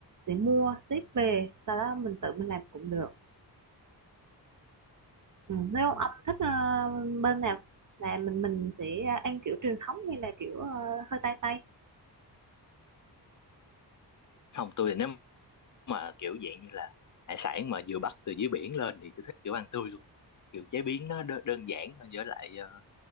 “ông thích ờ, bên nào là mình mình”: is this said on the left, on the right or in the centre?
Right